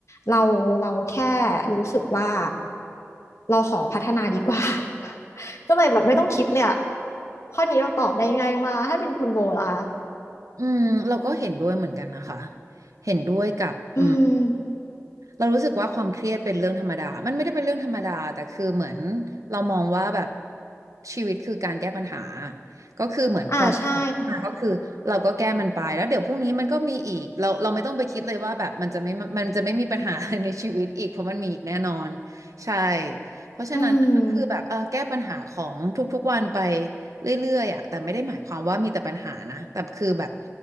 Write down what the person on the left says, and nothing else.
เราเราแค่รู้สึกว่าเราขอพัฒนาดีกว่า <laughs> ก็เลยแบบไม่ต้องคิดเลยอะข้อนี้เราตอบได้ง่ายมากถ้าเป็นคุณโบล่ะคะ
อืม
อ่าใช่
อืม